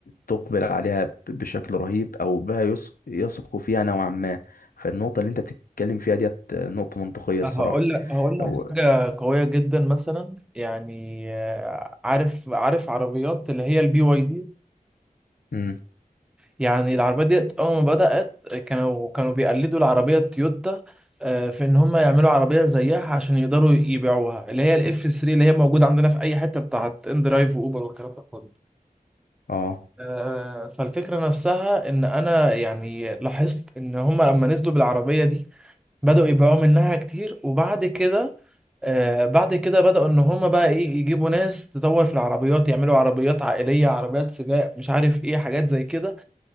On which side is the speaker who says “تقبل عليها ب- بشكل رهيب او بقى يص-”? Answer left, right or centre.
Left